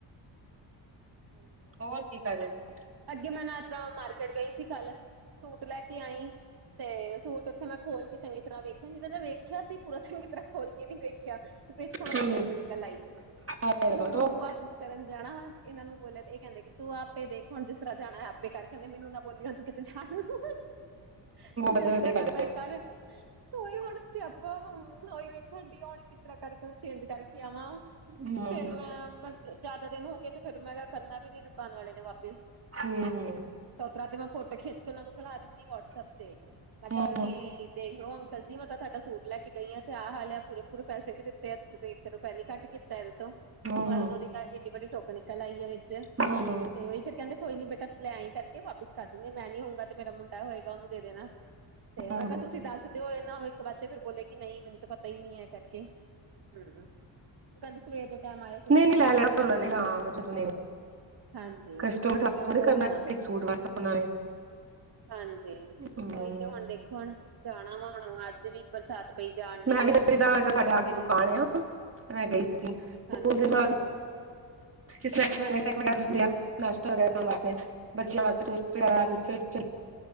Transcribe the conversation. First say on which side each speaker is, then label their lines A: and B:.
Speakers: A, on the right; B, on the right.
A: ਹਾਂਜੀ।
B: ਹੋਰ ਕੀ ਕਰਰੇ ਓ ਮਤਲਬ ਕਿ?
A: ਅੱਗੇ ਮੈਂ ਨਾ ਤਰ ਮਾਰਕੀਟ ਗਈ ਸੀ ਕਲ, ਸੂਟ ਲੈ ਕੇ ਆਈਂ। ਤੇ ਸੂਟ ਓਥੇ ਮੈਂ ਖੋਲ ਕੇ ਚੰਗੀ ਤਰਾਂ ਵੇਖੇਆ ਨੀ, ਵਰ ਮੈਂ ਵੇਖੇਆ ਸੀ ਪੂਰਾ ਚੰਗੀ ਤਰਾਂ ਖੋਲ ਕੇ ਨੀ ਵੇਖੈਆ ਵਿੱਚ ਹੁਨ ਉਦੇ
B: ਹੂੰ
A: ਟੋਕ ਨਿਕਲ ਆਈ,
B: ਹੂੰ ਹੂੰ
A: ਹੁਣ
B: ਬਹੁਤ
A: ਓਨ ਵਾਪਿਸ ਕਰਨ ਜਾਣਾ ਵਾਂ ਤੇ ਏਨਾਂ ਨੂੰ ਬੋਲੇਆ, ਏ ਕੈਂਦੇ ਕਿ ਤੂੰ ਆਪੇ ਦੇਖ ਹੁਨ ਜਿਸ ਤਰਾਂ ਜਾਣੈ ਆਪੇ ਕਾਰ ਕੈਂਦੇ ਮੈਨੂੰ ਨਾ ਬੋਲੀ ਹੂਨ ਤੂੰ ਕਿਤੇ ਜਾਨ ਨੂੰ, ਜਿਸ
B: ਮਜ਼ੇ ਮਜ਼ੇ
A: ਤਰਾਂ
B: ਕਰਦੇ
A: ਕਰਨਾ ਐ
B: ਆ
A: ਕਾਰ। ਉਈ ਹੁਣ ਸਿਆਪਾ ਹੂੰ, ਓਈ ਵੇਖਣਡੀ ਹੋਣ ਕਿਸ ਤਰਾਂ ਕਾਰਕੇ ਓਨੂੰ ਚੇਂਜ ਕਾਰਕੇ ਆਵਾਂ।
B: ਹੂੰ
A: ਫੇਰ ਮੈਂ, ਮੈਂ ਜਾਦਾ ਦਿਨ ਹੋ ਗਏ ਤੇ ਫੇਰ ਮੈਂ ਕਾ ਕਰਨਾ ਵੀ ਨੀ ਦੁਕਾਨ ਵਾਲੇ ਨੇ ਵਾਪਿਸ।
B: ਹੂੰ-ਹੂੰ।
A: ਤੋਤਰਾ ਤੇ ਮੈਂ ਫੋਟੋ ਖਿੱਚ ਕੇ ਓਨਾਂ ਨੂੰ ਖਿਲਾ ਦਿੱਤੀ ਵਾਟਸਐਪ ਚੇ, ਮੈਂ ਕੇਆ
B: ਹੂੰ
A: ਕਿ ਦੇਖ ਲੋ ਅੰਕਲ ਜੀ, ਮੈਂ ਤਾਂ ਤਾਡਾ ਸੂਟ ਲੈ ਕੇ ਗਈ ਆਂ ਤੇ ਆ ਹਾਲ ਆ ਪੂਰੇ-ਪੂਰੇ ਪੈਸੇ ਵੀ ਦਿੱਤੇ ਆ ਤੁਸੀਂ ਤੇ ਇਕ ਰੁਪਇਆ ਨੀ ਘੱਟ ਕੀਤਾ ਇਦੇ ਤੋਂ,
B: ਹੂੰ ਹੂੰ
A: ਔਰ ਉਦੀ ਤਾਂ ਏਡੀ ਵੱਡੀ ਟੁਕ ਨਿਕਲ ਆਈ ਐ ਵਿੱਚ
B: ਹੂੰ
A: ਤੇ ਓਈ ਫੇਰ ਕੈਂਦੇ ਕੋਈ ਨੀ ਬੇਟਾ ਤੂੰ ਲੈਂ ਆਂਈ ਕਰਕੇ ਵਾਪਿਸ ਕਰ ਦੂੰਗੇ, ਮੈਂ ਨੀ ਹੋਊਂਗਾ ਤੇ ਮੇਰਾ ਮੁੰਡਾ ਹੋਏਗਾ ਓਨੂੰ ਦੇ ਦੇਨਾ। ਤੇ
B: ਹੂੰ
A: ਮੈਂ ਕਾ
B: ਹੂੰ
A: ਤੂਸੀ ਦਾੱਸ ਦੇਓ, ਏਨਾ ਹੋਵੇ ਇੱਕ ਬਾਚੇ ਫਿਰ ਬੋਲੇ ਕਿ ਨਈ ਮੈਨੂੰ ਤਾ ਪਤਾ ਈ ਨੀ ਐ ਕਾਰਕੇ। ਹੂੰ, ਉ ਕੈਂਦੇ ਸਵੇਰ ਦੇ ਟੈਮ ਆਇਆ
B: ਨਈ-ਨਈ ਲੈ ਲੈਣਾ ਉਨਾਂ ਨੇ ਹਾਂ ਜਦ,
A: ਹਾਂਜੀ
B: ਕਸਟਮ ਥੋੜ੍ਹੇ
A: ਉਹੀ
B: ਕਮ ਕਰਨਾ
A: ਨਾ
B: ਸੂਟ ਵਾਸਤੇ ਉਨਾਂ ਨੇ
A: ਹਾਂਜੀ,
B: ਹੂੰ
A: ਉਈ ਤੇ ਹੁਣ ਦੇਖੋ ਹੁਣ ਜਾਣਾ ਵਾ ਹੁਣ ਅੱਜ ਵੀ ਬਰਸਾਤ ਪਈ ਜਾਣ ਡਈ
B: ਮੈਂ ਵੀ
A: ਆ
B: ਸਾਡੇ ਆਗੇ
A: ਤੇ
B: ਦੁਕਾਨ ਆ ਮੈਂ ਗਈ ਸੀ
A: ਹਾਂਜੀ
B: ਉਸ ਬਾਅ ੈੈਸ਼ਤਾ ਵਗੈਰਾੈਰਾ ਮਿਰ <unintelligible>